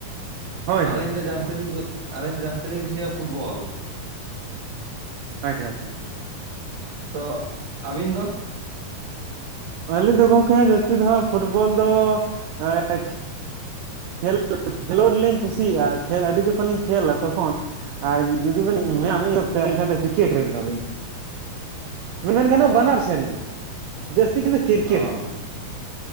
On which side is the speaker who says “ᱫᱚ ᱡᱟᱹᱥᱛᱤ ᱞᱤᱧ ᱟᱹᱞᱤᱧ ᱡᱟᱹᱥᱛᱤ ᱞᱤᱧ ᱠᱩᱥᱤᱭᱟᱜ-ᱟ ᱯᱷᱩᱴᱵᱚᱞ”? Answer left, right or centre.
Right